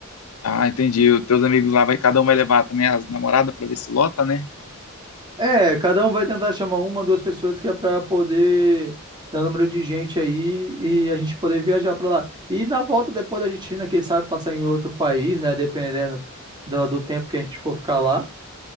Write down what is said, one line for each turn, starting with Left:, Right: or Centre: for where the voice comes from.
Left: Ah, entendi. Os teus amigos lá, vai, cada um vai levar também as namoradas para ver se lota, né?
Right: É, cada um vai tentar chamar uma, duas pessoas, que é para poder dar número de gente aí e a gente poder viajar para lá. E na volta, depois da Argentina, quem sabe passar em outro país, né? Dependendo do, do tempo que a gente for ficar lá.